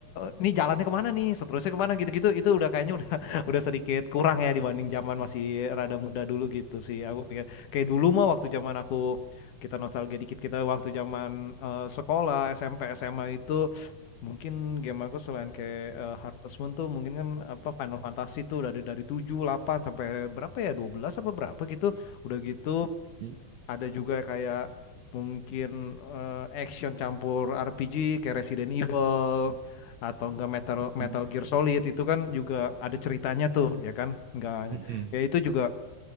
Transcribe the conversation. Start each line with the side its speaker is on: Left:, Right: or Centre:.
Left: nih jalannya kemana nih seterusnya kemana gitu-gitu itu udah kayaknya udah <laughs> udah sedikit kurang ya dibanding zaman masih rada muda dulu gitu sih aku pikir kayak dulu mah waktu zaman aku kita nostalgia dikit kita waktu zaman eh, sekolah SMP SMA itu mungkin game aku selain kayak eh, Harvest Moon tuh mungkin kan apa Final Fantasy tuh dari dari 7, 8 sampai berapa ya Dua belas apa berapa gitu udah gitu
Right: Mm.
Left: ada juga kayak mungkin eh, action campur RPG kayak Resident Evil atau enggak Metal Metal
Right: Mm.
Left: Gear Solid itu kan juga ada ceritanya tuh ya kan enggak hanya-
Right: Mm-mm.
Left: ya itu juga